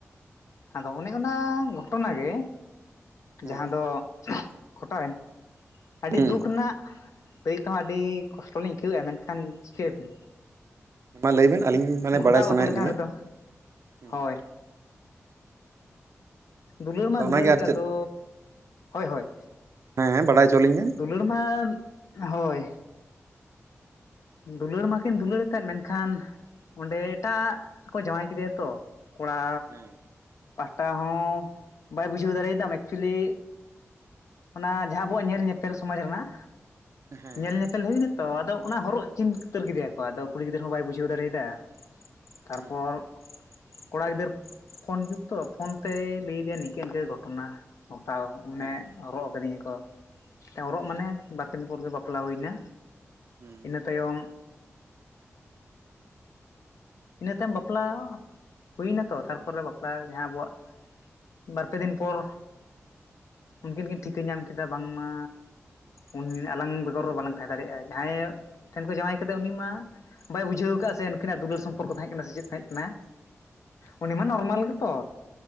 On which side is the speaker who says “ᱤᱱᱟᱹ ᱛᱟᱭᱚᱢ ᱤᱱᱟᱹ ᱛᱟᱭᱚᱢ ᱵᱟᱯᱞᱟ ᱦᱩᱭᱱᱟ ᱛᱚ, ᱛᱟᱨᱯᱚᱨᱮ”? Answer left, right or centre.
Left